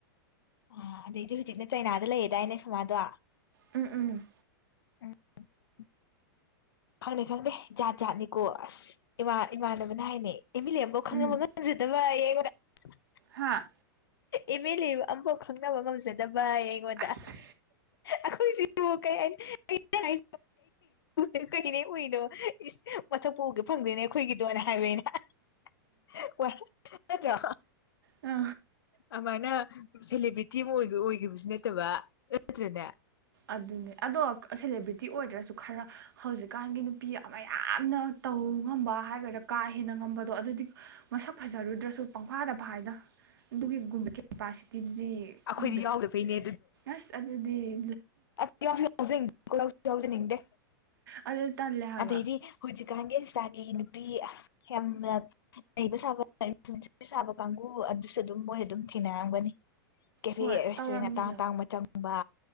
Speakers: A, on the left; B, on the right.
A: ꯑ ꯑꯗꯩꯗꯤ ꯍꯧꯖꯤꯛꯅ ꯆꯩꯅꯥꯗ ꯂꯩꯌꯦꯗꯥꯏꯅꯦ ꯁꯣꯃꯥꯗꯣ
B: ꯎꯝ ꯎꯝ
A: <unintelligible> ꯈꯪꯗꯦ ꯈꯪꯗꯦ ꯖꯥꯠ ꯖꯥꯠꯅꯤꯀꯣ ꯑꯁ ꯏꯃꯥ ꯏꯃꯥꯟꯅꯕꯅ ꯍꯥꯏꯅꯦ ꯏꯃꯤꯂꯦ ꯑ ꯑꯃꯕꯧ ꯈꯪꯅꯕ
B: ꯎꯝ
A: ꯉꯥꯡꯖ ꯑꯗꯨ ꯌꯦꯉ <unintelligible>
B: ꯍꯥ
A: ꯏꯃꯦꯂꯤ ꯑꯃꯐꯥꯎ ꯈꯪꯅꯕ ꯉꯝꯖꯗꯕ ꯚꯏ ꯑꯩꯉꯣꯟꯗ
B: ꯑꯁ
A: ꯑꯩꯈꯣꯏ ꯇ ꯀꯩ ꯍꯥꯏ <unintelligible> <unintelligible> <inaudible> ꯀꯩꯅꯦ ꯎꯨꯏꯗꯣ ꯏꯁ ꯃꯊꯛ ꯄꯨꯒꯦ ꯐꯪꯗꯦꯅꯦ ꯑꯩꯈꯣꯏꯒꯤꯗꯣꯅꯦ ꯍꯥꯏꯕꯅꯤ ꯅ <unintelligible> ꯠꯇ꯭ꯔꯣ <unintelligible>
B: ꯑ
A: ꯑꯃꯅ ꯁꯂꯤꯦꯕ꯭ꯔꯤꯇꯤ ꯃ <unintelligible> ꯑꯣꯏꯈꯤꯕꯁꯨ ꯅꯠꯇꯕ ꯅꯠꯇ꯭ꯔꯅꯦ
B: ꯑꯗꯨꯅꯦ ꯑꯗꯣ ꯁꯦꯂꯦꯕ꯭ꯔꯤꯇꯤ ꯑꯣꯏꯗ꯭ꯔꯁꯨ ꯈꯔ ꯍꯧꯖꯤꯛꯀꯥꯟꯒꯤ ꯅꯨꯄꯤ ꯑꯃꯌꯥꯝꯅ ꯇꯧ ꯉꯝꯕ ꯍꯥꯏꯒꯗ꯭ꯔꯥ ꯀꯥ ꯍꯦꯟꯅ ꯉꯝꯕꯗꯣ ꯑꯗꯨꯗꯤ ꯃꯁꯛ ꯐꯖꯔꯨꯗ꯭ꯔꯁꯨ ꯄꯪꯐꯥꯗꯟ ꯐꯥꯗꯅ ꯑꯗꯨꯒꯤꯒꯨꯝꯕ ꯀꯦꯄꯥꯁꯤꯇꯤꯗꯨ ꯗꯤ
A: ꯑꯩꯈꯣꯏꯗꯤ
B: ꯈꯪꯗꯦ
A: ꯌꯥꯎꯗꯕꯩꯅꯦ
B: ꯑꯁ ꯑꯗꯨꯗꯤ
A: ꯑ ꯌꯥꯖꯅꯤꯡꯦ ꯌꯥꯎꯖꯅꯤꯡꯗꯦ
B: ꯑꯗꯨ ꯇꯜꯂꯦ ꯍꯥꯏꯕ
A: ꯑꯗꯗꯤ ꯍꯧꯖꯤꯛ ꯑꯁ <unintelligible> ꯏꯆꯥꯒꯤ ꯅꯨꯄꯤ ꯌꯥꯝꯅ ꯅꯩꯕ ꯁꯥꯕꯅꯨꯡꯕ ꯁꯥꯕ ꯀꯥꯡꯕꯨ ꯑꯗꯨꯁꯨ ꯑꯗꯨꯝ ꯃꯣꯏ ꯑꯗꯨꯝ ꯊꯦꯡꯅꯔꯝꯒꯅꯤ ꯀꯦꯐꯦ
B: ꯍꯣꯏ
A: ꯔꯦꯁꯇꯨꯔꯦꯟ
B: ꯇꯧꯔꯝꯅꯤꯗ
A: ꯑꯇꯥꯡ ꯑꯇꯥꯡꯕ ꯆꯪ ꯕꯥ